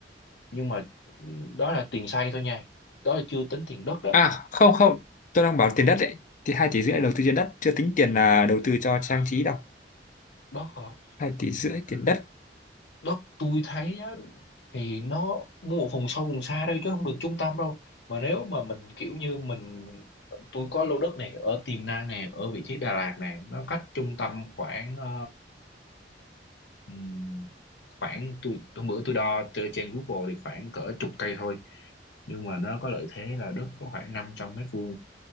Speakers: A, on the left; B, on the left.
A: nhưng mà ừ, đó là tiền xây thôi nha đó là chưa tính tiền đất đó
B: À không không, tôi đang bảo tiền đất đấy. Thì 2 tỷ rưỡi đầu tư trên đất chưa tính tiền là đầu tư cho trang trí đâu.
A: đó
B: hai tỷ rưỡi tiền đất
A: đó tôi thấy á, thì nó mua ở vùng sâu vùng xa đây chứ không được trung tâm đâu mà nếu mà mình kiểu như mình tôi có lô đất này ở Tiềm Năng này ở vị trí Đà Lạt này nó cách trung tâm khoảng ờ, ừm, khoảng tôi hôm bữa tôi đo từ trên Google thì khoảng cỡ chục cây thôi nhưng mà nó có lợi thế là đất có khoảng năm trăm mét vuông